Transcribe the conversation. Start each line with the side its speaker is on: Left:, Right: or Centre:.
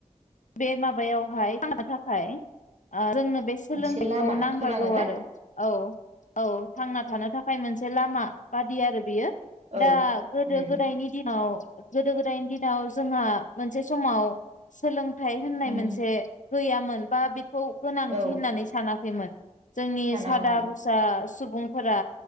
Left: बे माबायावहाय थानो थाखाय ओ जोंनो बे सोलोंथाइखौ
Right: मोनसे लामा
Left: नांगारगौ
Right: खोनांगोन ना
Left: आरो औ औ थांना थानो थाखाय थाखाय मोनसे लामा बादि आरो बियो
Right: औ
Left: दा गोदो
Right: उम
Left: गोदायनि दिनाव गोदो गोदायनि दिनाव जोंहा मोनसे समाव सोलों थाय होननाय
Right: उम
Left: मोनसे गैयामोन बा खौ गोनांथि
Right: औ
Left: होननानै सानाख खैमोन जोंनि
Right: सानामोन
Left: सादा भुसा सुबुंफोरा